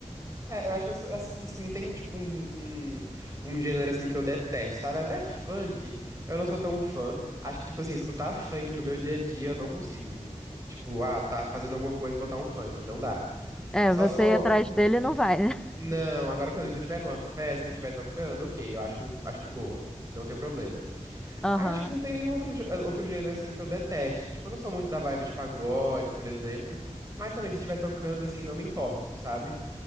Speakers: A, on the right (about 25°); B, in the centre.
A: É, eu acho que eu sou, assim, assim, não tem, tipo, um, um, um gênero, assim, que eu detesto, sabe? Até funk, eu não sou tão fã. Acho que, tipo, assim, escutar funk no meu dia a dia, eu não consigo. Tipo, ah, tá fazendo alguma coisa, botar um funk, não dá.
B: É,
A: Só
B: você
A: se for...
B: ir atrás dele não vai, né? <laughs>
A: Não, agora, por exemplo, se eu estiver numa festa e estiver tocando, ok, eu acho, acho de boa. Não tem problema.
B: Aham,
A: Acho que não tem nenhum outro, gê- eh, outro gênero assim que eu deteste. Tipo, eu não sou muito da vibe de pagode, por exemplo. Mas também se estiver tocando, assim, não me importo, sabe?